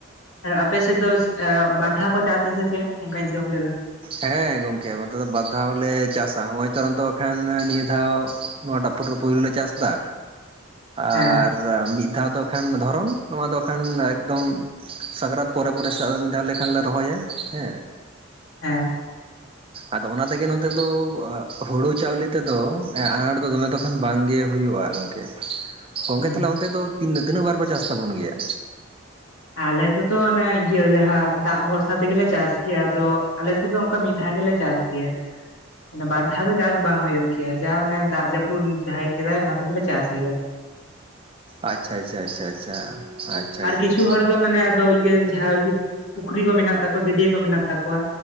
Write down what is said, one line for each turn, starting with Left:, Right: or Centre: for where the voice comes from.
Left: ᱟᱨ ᱟᱯᱮ ᱥᱮᱫ ᱫᱚ ᱵᱟᱨ ᱫᱷᱟᱣ ᱠᱚ ᱪᱟᱥ-ᱟᱥᱮ ᱪᱮᱫ ᱚᱝᱠᱟᱧ ᱟᱸᱡᱚᱢ ᱞᱮᱫᱟ?
Right: ᱦᱮᱸ ᱜᱚᱝᱠᱮ ᱚᱱᱛᱮ ᱫᱚ ᱵᱟᱨ ᱫᱷᱟᱣᱞᱮ ᱪᱟᱥᱟ, ᱦᱚᱸᱜᱼᱚᱭ <unintelligible> ᱠᱷᱟᱱ ᱱᱤᱭᱟᱹ ᱫᱷᱟᱣ ᱱᱚᱣᱟᱴᱟᱜ ᱯᱩᱨᱟᱹ ᱯᱳᱭᱞᱳ ᱞᱮ ᱪᱟᱥᱮᱫᱟ, ᱟᱨ
Left: ᱦᱮᱸ
Right: ᱨᱟ ᱢᱤᱫ ᱫᱷᱟᱣ ᱫᱚ ᱮᱠᱷᱟᱱ ᱫᱷᱚᱨᱚᱱ ᱱᱚᱣᱟ ᱫᱚ ᱮᱠᱷᱟᱱ ᱮᱠᱫᱚᱢ ᱥᱟᱠᱨᱟᱛ ᱯᱚᱨᱮ ᱯᱚᱨᱮ ᱥᱮᱫ ᱟᱨ ᱢᱤᱫ ᱫᱷᱟᱣ ᱞᱮᱠᱷᱟᱱ ᱞᱮ ᱨᱚᱦᱚᱭᱟ ᱦᱮᱸ᱾
Left: ᱦᱮᱸ᱾
Right: ᱟᱫᱚ ᱚᱱᱟ ᱛᱮᱜᱮ ᱱᱚᱛᱮ ᱫᱚ, ᱦᱩᱲᱩ ᱪᱟᱣᱞᱮ ᱛᱮᱫᱚ ᱟᱱᱟᱴ ᱫᱚ ᱫᱚᱢᱮ ᱛᱚ ᱠᱷᱟᱱ ᱵᱟᱝ ᱜᱮ ᱦᱩᱭᱩᱜᱼᱟ ᱜᱚᱝ ᱠᱮ, ᱜᱚᱝᱠᱮ
Left: ᱦᱩᱸ
Right: ᱛᱟᱦᱚᱞᱮ ᱚᱱᱛᱮ ᱫᱚ ᱛᱤᱱ ᱛᱤᱱᱟᱹᱜ ᱵᱟᱨ ᱯᱮ ᱪᱟᱥ ᱛᱟᱵᱚᱱ ᱜᱮᱭᱟ?
Left: ᱟᱞᱮ ᱛᱮ ᱛᱚ ᱚᱱᱮ ᱤᱭᱟᱹ ᱡᱟᱦᱟᱸ ᱫᱟᱜ ᱵᱷᱚᱨᱥᱟ ᱛᱮᱜᱮᱞᱮ ᱪᱟᱥ ᱜᱮᱭᱟ, ᱟᱫᱚ ᱟᱞᱮ ᱥᱮᱫ ᱫᱚ ᱚᱝᱠᱟ ᱢᱤᱫ ᱫᱷᱟᱣ ᱜᱮᱞᱮ ᱪᱟᱥ ᱜᱮᱭᱟ᱾ ᱚᱱᱟ ᱵᱟᱨ ᱫᱷᱟᱣ ᱫᱚ ᱪᱟᱥ ᱵᱟᱝ ᱦᱳᱭᱳᱜ ᱜᱮᱭᱟ ᱡᱟ ᱚᱱᱮ ᱫᱟᱜ ᱡᱟᱹᱯᱩᱫ ᱡᱟᱦᱟᱸᱭ ᱠᱮᱫᱟᱭ ᱚᱱᱟ ᱛᱮᱜᱮᱞᱮ ᱪᱟᱥ ᱜᱮᱭᱟ᱾ <unintelligible>
Right: ᱟᱪᱪᱷᱟ ᱟᱪᱪᱷᱟ ᱟᱪᱪᱷᱟ ᱟᱪᱪᱷᱟ, ᱟᱪᱪᱷᱟ
Left: ᱟᱨ
Right: ᱜᱚᱝᱠᱮ᱾
Left: ᱠᱤᱪᱷᱩ ᱦᱚᱲ ᱫᱚ ᱢᱟᱱᱮ ᱟᱫᱚ ᱤᱭᱟᱹ ᱡᱟᱦᱟᱸ ᱤᱭᱟᱹ ᱯᱩᱠᱷᱨᱤ ᱠᱚ ᱢᱮᱱᱟᱜ ᱛᱟᱠᱚ, ᱜᱟᱹᱰᱤᱭᱟᱹ ᱠᱚ ᱢᱮᱱᱟᱜ ᱛᱟᱠᱚᱣᱟ,